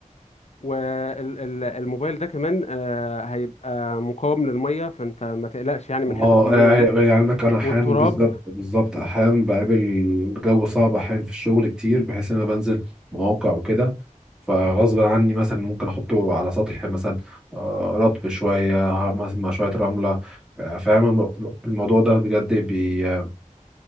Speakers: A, on the left; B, in the centre.
A: والموبايل ده كمان آه، هيبقى مقاوم للمية فانت ما تقلقش يعني من
B: اه
A: حتة المية
B: يعني
A: دي
B: علمك انا احيانا
A: والتراب
B: بالظبط بالظبط احيانا بقابل جو صعب احيانا في الشغل كتير بحيث ان انا بنزل مواقع وكده فغصب عني مثلا ممكن احطه على سطح مثلا آه، رطب شويه ه- مثلا مع شويه رمله آه، فاهم الم- الموضوع ده بجد بي آه،